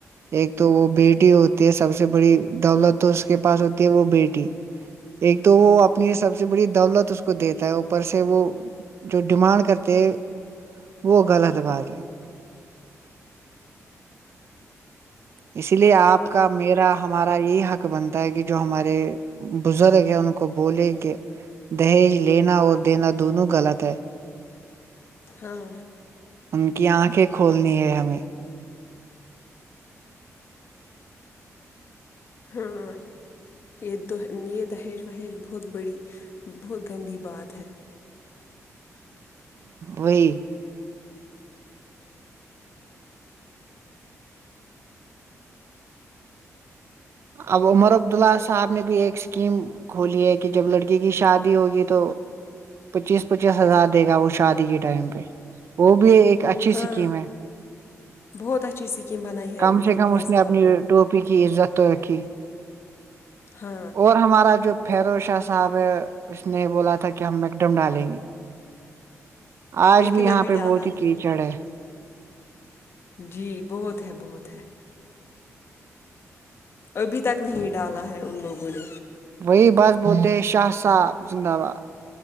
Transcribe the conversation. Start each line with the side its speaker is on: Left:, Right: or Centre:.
Right: ایک تو وہ بیٹی ہوتی ہے سب سے بڑی دولت تو اس کے پاس ہوتی ہے وہ بیٹی
Left: <unintelligible>
Right: ایک تو وہ اپنی سب سے بڑی دولت اس کو دیتا ہے اوپر سے وہ جو ڈیمانڈ کرتے ہیں وہ غلط بات ہے اس لیے آپ کا میرا ہمارا ا یہی حق بنتا ہے کہ جو ہمارے بزرگ ہیں ان کو بولے کہ دہیج لینا اور دینا دونوں غلط ہے
Left: ہاں
Right: ان کی آنکھیں کھولنی ہے ہمیں
Left: ہاں یہ یہ دہیج وہیج بہت بڑی بہت گندی بات ہے
Right: وہی اب عمر عبداللہ صاحب نے بھی ایک اسکیم کھولی ہے کہ جب لڑکی کی شادی ہوگی تو پچیس پچیس ہزار دے گا وہ شادی کے ٹائم پہ وہ بھی ایک اچھی اسکیم
Left: ہاں
Right: ہے
Left: بہت اچھی اسکیم بنائی ہے
Right: کم
Left: عمر
Right: سے
Left: عبداللہ
Right: کم اس
Left: صاحب
Right: اپنی
Left: نے
Right: ٹوپی کی عزت تو رکھی
Left: ہاں
Right: اور ہمارا جو فیرو شاہ صاحب ہے اس نے یہ بولا تھا کہ ہم میکڈم ڈالیں گے آج
Left: لیکن
Right: بھی یہاں
Left: ابھی
Right: پہ
Left: ڈالا
Right: بہت ہی
Left: نہیں
Right: کیچڑ ہے
Left: جی بہت ہے بہت ہے ابھی تک نہیں ڈالا ہے ان لوگوں نے
Right: وہی بات بولتے ہیں شاہ صاحب زندہ آباد